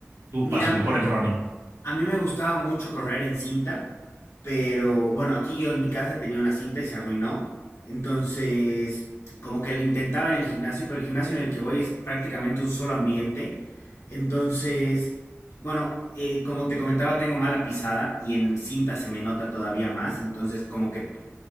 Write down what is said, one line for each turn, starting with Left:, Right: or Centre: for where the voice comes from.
Right: tu
Left: Mira,
Right: pasión por el running?
Left: A mí me gustaba mucho correr en cinta, pero bueno, aquí yo en mi casa tenía una cinta y se arruinó. Entonces, como que le intentaba en el gimnasio, pero el gimnasio en el que voy es prácticamente un solo ambiente. Entonces, bueno, eh, como te comentaba, tengo mala pisada y en cinta se me nota todavía más. Entonces, como que